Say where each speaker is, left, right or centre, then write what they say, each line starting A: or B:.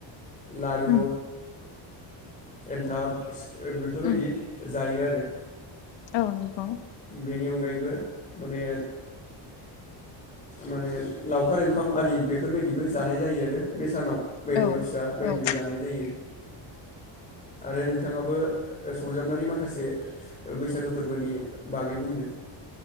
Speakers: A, on the left (about 15°); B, on the left (about 70°).
A: लारु
B: उम
A: एनथाब ओ बेफोरबायदि
B: उम
A: जायो आरो
B: औ नंगौ।
A: बेनि अनगायैबो माने माने लावखार ओंखामआरि बेफोरबायदिबो जानाय जायो आरो बे सानाव बेदर
B: औ
A: फिसा बायदिबो
B: औ
A: जानाय जायो आरो नोंथाङाबो सरजाबनानै माखासे बैसागो फोरबोनि बागै बुंदो।